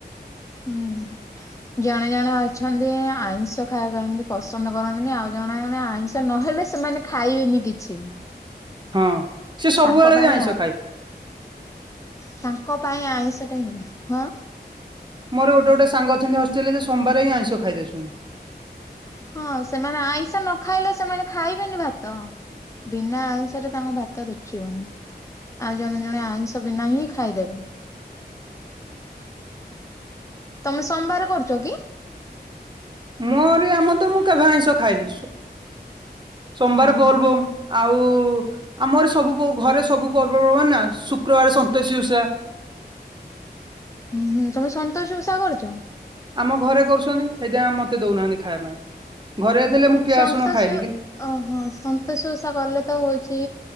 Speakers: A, on the left (about 20°); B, on the right (about 25°).
A: ହୁଁ। ଜଣେ ଜଣେ ଅଛନ୍ତି ଆଇଁଷ ଖାଇବା ଏମିତି ପସନ୍ଦ କରନ୍ତିନି ଆଉ ଜଣେ ଜଣେ ଆଇଁଷ ନହେଲେ ସେମାନେ ଖାଇବେନି କିଛି।
B: ହଁ ସେ ସବୁବେଳେ
A: ତାଙ୍କ ପାଇଁ
B: ବି ଆଇଁଷ
A: ଆଇଁ
B: ଖାଇ
A: ତାଙ୍କ ପାଇଁ ଆଇଁଷଟା ହିଁ ଭଲ ହଁ।
B: ମୋର ଗୋଟେ ଗୋଟେ ସାଙ୍ଗ ଅଛନ୍ତି ହଷ୍ଟେଲରେ ଯେ ସୋମବାର ବି ଆଇଁଷ ଖାଇ ଦଉଛନ୍ତି।
A: ହଁ ସେମାନେ ଆଇଁଷ ନ ଖାଇଲେ ସେମାନେ ଖାଇବେନି ଭାତ। ବିନା ଆଇଁଷରେ ତାଙ୍କୁ ଭାତ ରୁଚିବନି। ଆଉ ଜଣେ ଜଣେ ଆଇଁଷ ବିନା ହିଁ ଖାଇଦେବେ। ତମେ ସୋମବାର କରୁଚ କି?
B: ମୋରି ଆମର ତ ମୁଁ କେବେ ଆଇଁଷ ଖାଏନି ସୋମବାର
A: ଅହ
B: ବୋଲ୍ ବୋମ୍। ଆଉ ଆମର ସବୁ ଘରେ ସବୁ ପର୍ବପର୍ବାଣି ନା ଶୁକ୍ରବାର ସନ୍ତୋଷୀ ଓଷା।
A: ହୁଁ ହୁଁ ତମେ ସନ୍ତୋସି ଓଷା କରୁଚ?
B: ଆମ ଘରେ କରୁଛନ୍ତି ସେଇତି ଆ ମତେ ଦଉନାହାନ୍ତି ଖାଇବା ପାଇଁ। ଘରେ ଥିଲେ ମୁଁ ପିଆଜସୁଣ
A: ସନ୍ତୋଷି
B: ଖାଏନି କିନ୍ତୁ
A: ଓହୋ ସନ୍ତୋଷି ଓଷା କଲେ ତ ହୋଉଚି